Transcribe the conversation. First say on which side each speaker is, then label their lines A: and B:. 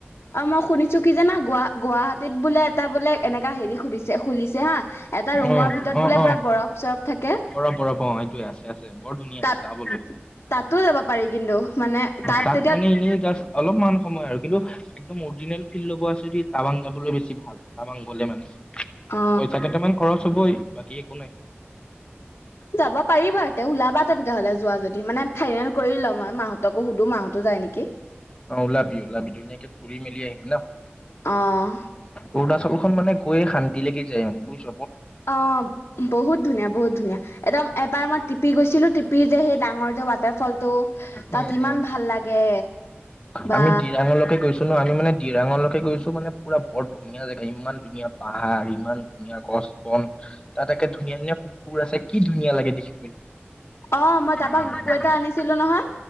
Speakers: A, on the left; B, on the left.
A: অ', মই শুনিছো কি জানা গুৱাহাটীত বোলে এটা বোলে এনেকা হেৰি সুধিছে খুলিছে হা এটা ৰুমৰ
B: অ
A: ভিতৰত
B: অ
A: বোলে
B: অ
A: পুৰা বৰফ চৰফ থাকে
B: বৰফ, বৰফ অ' এইতোৱে আছে আছে, বৰ ধুনীয়া
A: তাত
B: যাবলৈ।
A: তাতো যাব পাৰি কিন্তু মানে
B: তাত
A: তেতিয়া
B: মানে এনেই জাষ্ট অলপমান সময় আৰু কিন্তু <unintelligible> <unintelligible> ফিল লব আছে যদি টাৱাং যাম। <unintelligible> বেছি ভাল টাৱাং গলে মানে।
A: অ
B: পইচা কেইটামান খৰচ হবই। বাকী একো নাই।
A: যাব পাৰিবা তে ওলাবা তেন্তে হলে যোৱা যদি মানে ফাইনেল কৰি লম মই মাহঁতকো সুধো মাহঁতো যায় নেকি।
B: অ ওলাবি ওলাবি ধুনীয়াকে ফুৰি মেলি আহিম ন
A: অ'।
B: অৰুণাচলখন মানে গৈয়ে শান্তি লাগি যায় মানে বুইছ?
A: অ' বহুত <unintelligible> ধুনীয়া বহুত ধুনীয়া, একদম এবাৰ মই টিপি গৈছিলো, টিপি যে সেই ডাঙৰ যে ৱাটাৰফলটো
B: উম
A: তাত ইমান
B: উম
A: ভাল লাগে, বা।
B: আমি দিৰাঙলৈকে গৈছো ন আমি মানে দিৰাঙলৈকে গৈছো মানে পুৰা বৰ ধুনীয়া জেগা ইমান ধুনীয়া পাহাৰ ইমান ধুনীয়া গছ-বন তাত একে ধুনীয়া ধুনীয়া কুকুৰ আছে কি ধুনীয়া লাগে দেখি।
A: অ মই
B: <unintelligible>
A: তাৰপা কুকুৰ এটা আনিছিলো নহয়